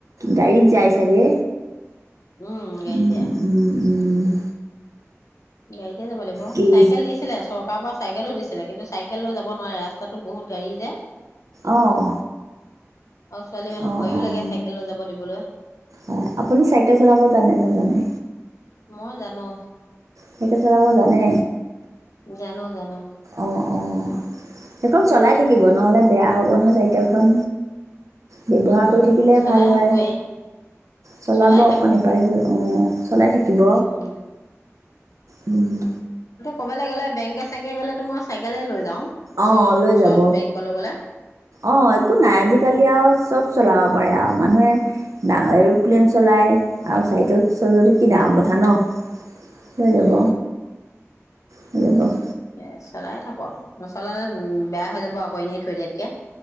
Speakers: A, on the right; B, on the left.
A: গাড়ীত যায় চাগে
B: উম গাড়ীত
A: উম,
B: যাই
A: উম, উম
B: গাড়ীতে যাব লাগিব
A: কি
B: চাইকেল দিছিলে চৰকাৰৰ পৰা চাইকেলো দিছিলে কিন্তু চাইকেল লৈ যাব নোৱাৰে ৰাস্তাতো বহুত গাড়ী যে
A: অঁ
B: আৰু ছোৱালী মানুহ
A: অঁ
B: ভয়ো
A: অঁ
B: লাগে চাইকেল লৈ যাব দিবলৈ
A: অ আপুনি চাইকেল চলাব জানে নেজানে
B: মই জানো
A: চাইকেল চলাব জানে?
B: জানোঁ, জানোঁ।
A: অ'! অ'! সেইখন চলাই থাকিব। নহ'লে বেয়া হ'ব নহয় চাইকেলখন! ব্যৱহাৰ
B: উম
A: কৰি থাকিলে
B: চলাই
A: ভাল
B: থাকোৱেই
A: হয়। চলাব
B: চলাই
A: অকন
B: থাকো
A: ইফালে সিফাল। অ'! চলাই থাকিব?
B: উম
A: উম!
B: কৰবালে গ'লে বেংকে চেংকে গ'লে ত' মই চাইকেল লৈ যাওঁ ওচৰত
A: অ'! লৈ
B: ওচৰত
A: যাব।
B: বেংকলৈ গ'লে
A: অ'! একো নাই। আজিকালি আৰু চব চলাব পাৰে আৰু। মানুহে এৰো'প্লেন
B: উম
A: চলায় আৰু চাইকেল চলোৱাটো কি ডাঙৰ কথা ন'। লৈ
B: উম
A: যাব। সেইটোৱ ত'।
B: এই, চলাই থাকোঁ। <unintelligible> নচলালে বেয়া হৈ যাব। <unintelligible> কৈ এনেই থৈ দিয়া এতিয়া।